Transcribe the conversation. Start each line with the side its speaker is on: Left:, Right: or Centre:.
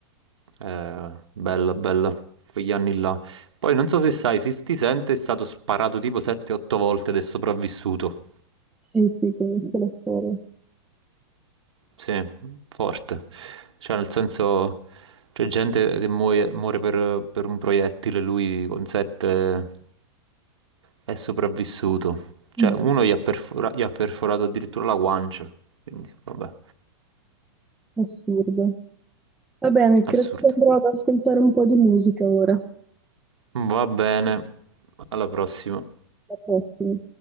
Right: Eh, bella, bella, quegli anni là. Poi non so se sai, 50 Cent è stato sparato tipo 7-8 volte ed è sopravvissuto.
Centre: Sì, sì, conosco la storia.
Right: Sì, forte. Cioè, nel senso, c'è gente che muoie- muore, per, per un proiettile, lui con sette è sopravvissuto. Cioè,
Centre: Mm.
Right: uno gli ha, perfora- gli ha perforato addirittura la guancia. Quindi, vabbè,
Centre: Assurdo. Va bene, credo
Right: assurdo.
Centre: che andrò ad ascoltare un po' di musica ora,
Right: Va bene, alla prossima.
Centre: la prossima.